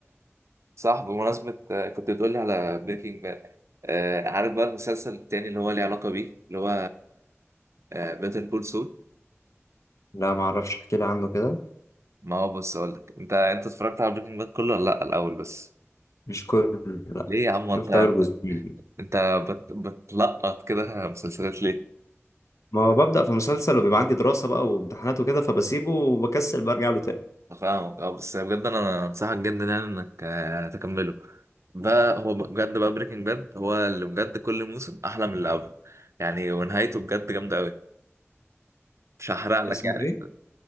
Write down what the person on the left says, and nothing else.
لا ما اعرفش احكي لي عنه كده
مش كله لا
شفت
اول جزئين
ما هو ببدأ في مسلسل وبيبقى عندي دراسة بقى وامتحانات وكده فبسيبه وبكسل برجع له تاني
اسمه
ايه؟